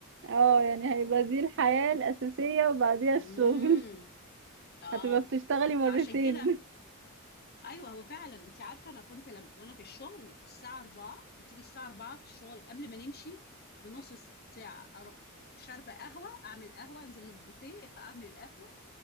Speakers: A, on the right; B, on the left.
A: اه يعني هيبقى دي الحياة الأساسية وبعديها
B: امم
A: الشغل <laughs>
B: اه
A: هتبقى بتشتغلي مرتين
B: فعشان كده ايوه هو فعلا انت عارفه انا كنت لم... وانا في الشغل الساعه 4 بتيجي الساعه 4 في الشغل قبل ما نمشي بنص ساعه اروح شاربه قهوه اعمل قهوه انزل البوفيه <laughs> اعمل قهوه